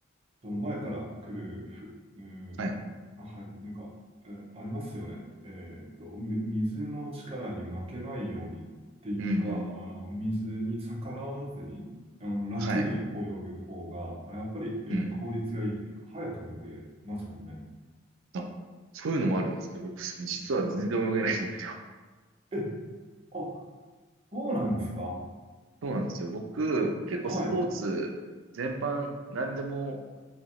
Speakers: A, on the right; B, on the right.
A: その前から来る、ふ、うん、
B: はい。
A: あはい、なんか、えーありますよね。えーと、み水の力に負けないようにっていうか、
B: うん。
A: あの、水に逆らわずに、あの、楽に泳ぐ方が、
B: はい。
A: あやっぱり、えー効率がいいっていうか、
B: うん。
A: 早く泳げますもんね。
B: あ、そういうのもあるんですけど、僕、実は全然泳げないんです。
A: え、あ、そうなんですか。
B: <laughs> そうなんですよ。僕、結構スポーツ全般、
A: はい。
B: 何でも